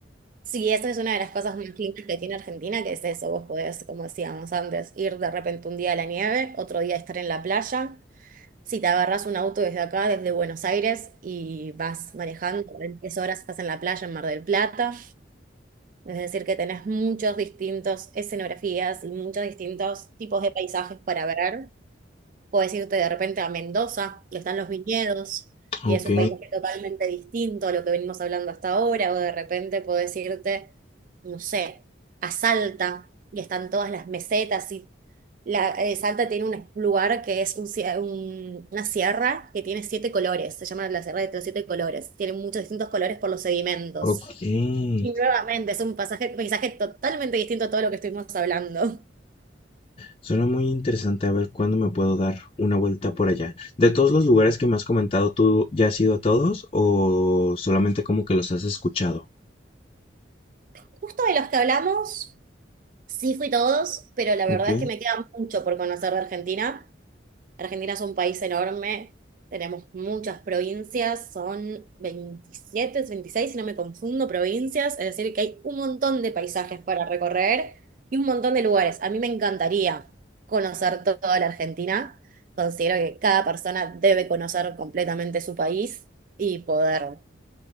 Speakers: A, on the right (about 45°); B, on the left (about 30°).
A: sí, eso es una de las cosas más lindas que tiene Argentina, que es eso, vos podés, como decíamos antes, ir de repente un día a la nieve, otro día estar en la playa, Si te agarras un auto desde acá, desde Buenos Aires, y vas manejando, en tres horas estás en la playa en Mar del Plata, es decir, que tenés muchos distintos escenografías y muchos distintos tipos de paisajes para ver. Puedes irte de repente a Mendoza, donde están los viñedos, y
B: Ok,
A: es un paisaje totalmente distinto a lo que venimos hablando hasta ahora, o de repente podés irte, no sé, a Salta, y están todas las mesetas, y la, eh, Salta tiene un lugar que es un, cie- un- una sierra que tiene siete colores, se llama la Sierra de los Siete Colores, tiene muchos distintos colores por los sedimentos.
B: Por supuesto.
A: Y
B: ok.
A: nuevamente es un pasaje- paisaje totalmente distinto a todo lo que estuvimos hablando.
B: Suena muy interesante a ver cuándo me puedo dar una vuelta por allá. De todos los lugares que me has comentado, ¿tú ya has ido a todos o solamente como que los has escuchado?
A: Justo de los que hablamos. Sí fui todos, pero la
B: Ok,
A: verdad es que me queda mucho por conocer de Argentina. Argentina es un país enorme, tenemos muchas provincias, son 27, 26 si no me confundo, provincias, es decir, que hay un montón de paisajes para recorrer y un montón de lugares. A mí me encantaría conocer toda la Argentina. Considero que cada persona debe conocer completamente su país y poder